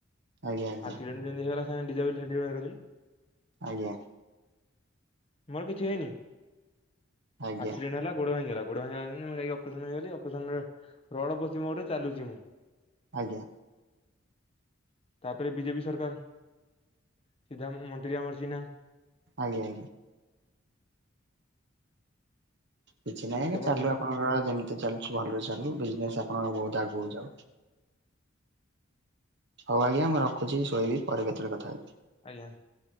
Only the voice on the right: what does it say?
ଆଜ୍ଞା ଆଜ୍ଞା
ଆଜ୍ଞା।
ଆଜ୍ଞା
ଆଜ୍ଞା
ଆଜ୍ଞା।
ଆଜ୍ଞା। କିଛି ନାହିଁ
ଆଜ୍ଞା ଚାଲୁ
ଆପଣଙ୍କର ଯେମିତି ଚାଲୁଛି ଭଲରେ ଚାଲୁ ବିଜନେସ ଆପଣଙ୍କର ବହୁତ ଆଗକୁ ଯାଉ। ହଉ ଆଜ୍ଞା ମୁଁ ରଖୁଛି ଶୋଇବି ପରେ କେତେବେଳେ କଥା ହେବି।